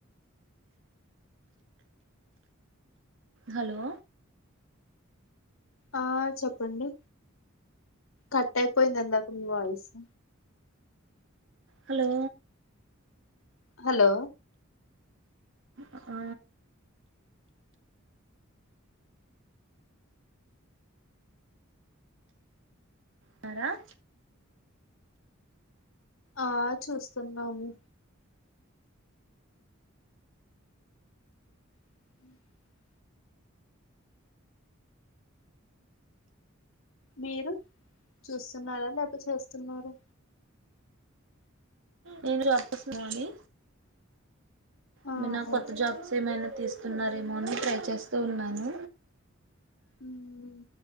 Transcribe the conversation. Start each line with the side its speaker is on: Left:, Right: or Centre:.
Right: హలో
Left: ఆ చెప్పండి కట్ అయిపోయింది ఇందాక మీ వాయిసు
Right: హలో
Left: హలో
Right: అ ఆ తార
Left: ఆ చూస్తున్నాము <inaudible> మీరు చూస్తున్నారా లేక చేస్తున్నారా
Right: నేను జాబ్ చేస్తునాన్ని ఎమనా
Left: ఆహా
Right: కొత్త జాబ్స్ ఏమైనా తీస్తున్నారేమో అని ట్రై చేస్తూ ఉన్నాను
Left: ఉమ్